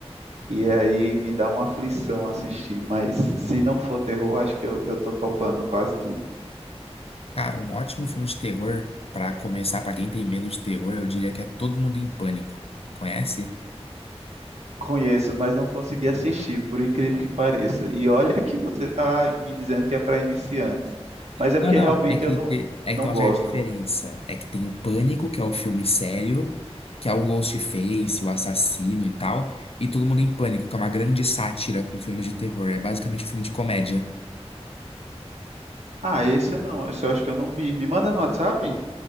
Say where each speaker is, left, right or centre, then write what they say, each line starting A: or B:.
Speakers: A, on the right; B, on the left.
A: e aí me dá uma aflição assistir. Mas se não for terror, acho que eu, eu tô topando quase tudo.
B: Cara, um ótimo filme de terror, pra começar, pra quem tem medo de terror, eu diria que é Todo Mundo em Pânico. Conhece?
A: Conheço, mas não consegui assistir, por incrível que pareça. E olha <laughs> que você está me dizendo que é para iniciantes. Mas é
B: Não,
A: porque
B: não,
A: realmente
B: é que,
A: eu não,
B: te- é
A: não
B: que tem uma
A: gosto.
B: certa diferença. É que tem o Pânico, que é o filme sério, que é o Ghostface, o assassino e tal, e Todo Mundo em Pânico, que é uma grande sátira com filmes de terror. É basicamente um filme de comédia.
A: Ah, esse não, esse eu acho que eu não vi. Me manda no WhatsApp?